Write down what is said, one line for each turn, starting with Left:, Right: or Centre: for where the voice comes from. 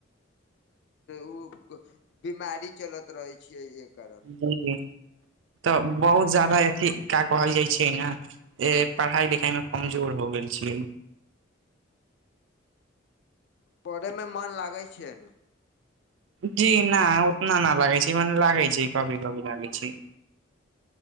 Left: उ बीमारी चलत रहे छियै एकर।
Right: जी तऽ बहुत जादा अथी कए कहल जाइ छै ने। ए पढ़ाई-लिखाई में कमजोर हो गेल छीयै।
Left: पढ़े में मन लागै छै नू।
Right: जी ना उतना ना लागे छै, मने लागे छै कभी-कभी लागे छै।